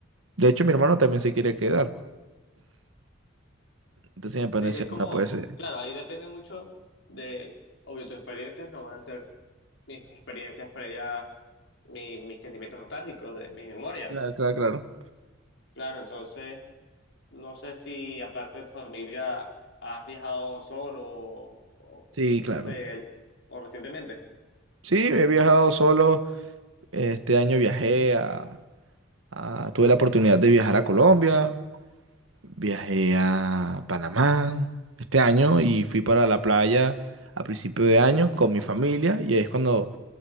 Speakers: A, on the right; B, on the left.
A: de hecho mi hermano también se quiere quedar. Entonces me
B: Sí,
A: pareció,
B: es como,
A: no puede ser.
B: claro, ahí depende mucho de, obvio, tus experiencias no van a ser mis experiencias previas, mi- mis sentimientos nostálgicos, de mis memorias
A: Claro, claro, claro.
B: Claro, entonces, no sé si aparte de tu familia has viajado solo o, o- o
A: Sí,
B: no
A: claro.
B: sé, o recientemente.
A: Sí, he viajado solo. Este año viajé a, a- tuve la oportunidad de viajar a Colombia, viajé a Panamá este año y fui para la playa a principio de año con mi familia y ahí es cuando